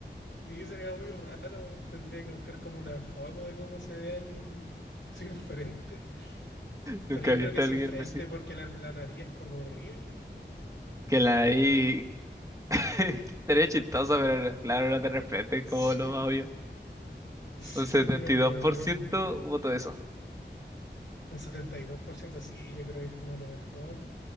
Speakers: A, on the left; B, on the right.
A: Sí, sería muy raro. Tendría que buscar como una foto de cómo se ve alguien sin frente.
B: Nunca
A: Pero yo
B: he visto
A: creo que es
B: a alguien
A: frente
B: así.
A: porque la, la nariz es como horrible. <laughs>
B: Que la ahí <laughs> estaría chistosa, pero no, claro, era de repente es
A: Sí,
B: como lo más obvio.
A: sí,
B: Un setenta
A: sería
B: y dos
A: como
B: por
A: muy
B: ciento voto eso.
A: un setenta y dos por ciento sí, yo creo que es como lo mejor.